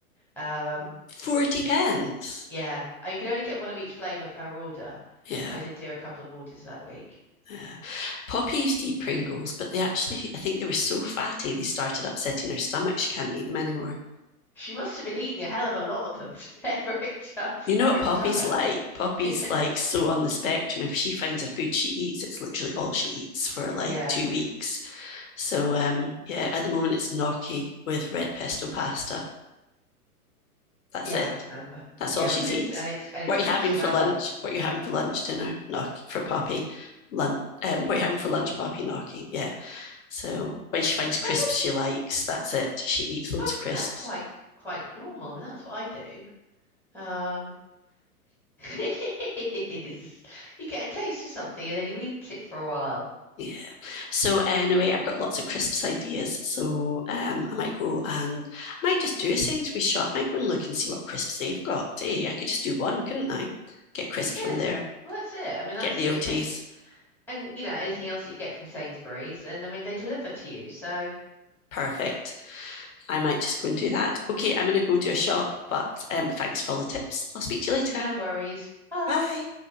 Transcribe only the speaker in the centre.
Um
yeah. Oh, you could only get one of each flavour per order.
But I did do a couple of orders that week.
She must have been eating a hell of a lot of them <laughs> to ever it upset
her
stomach.
<laughs>
Yeah.
Yeah,
I remember.
Yeah,
but
it's and it's and it's
mozzarella.
But I
But I think
that's quite quite normal. I mean, that's what I do. Um, <laughs> it is you get a taste of something and then you eat it for a while.
You could.
Well, that's it. I mean, that's
it.
May, and you know anything else that you get from Sainsbury's, and I mean they deliver to you, so
no worries. Bye.